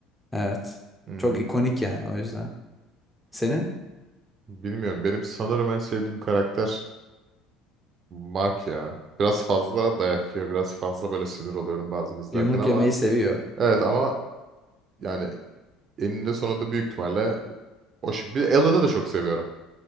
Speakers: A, in the centre; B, on the right (about 45°).
A: Evet.
B: Hmm,
A: Çok ikonik yani o yüzden. Senin?
B: Bilmiyorum. Benim sanırım en sevdiğim karakter Mark ya. Biraz fazla dayak yiyor. Biraz fazla böyle sinir oluyorum bazen izlerken
A: Yumruk
B: ama
A: yemeyi seviyor.
B: evet ama yani eninde sonunda büyük ihtimalle o şu- bir Alan'ı da çok seviyorum.